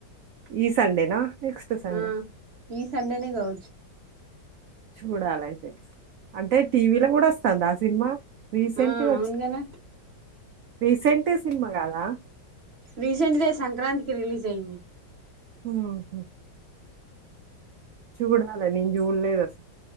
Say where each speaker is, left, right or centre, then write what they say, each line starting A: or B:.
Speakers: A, on the right; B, on the right.
A: ఈ సండేనా? నెక్స్ట్ సండే
B: ఆ ఈ సండేనే కావచ్చు
A: చూడాలయితే అంటే టీవీలో కూడా వస్తాంద ఆ సినిమా రీసెంట్
B: ఆ
A: గా వ
B: అవును కదా
A: రీసెంట్ సినిమా గాదా
B: రీసెంట్ దే సంక్రాంతికి రిలీజ్ అయింది
A: హ్మ్ హు చూడాలె నేను జూడలేదు అసలు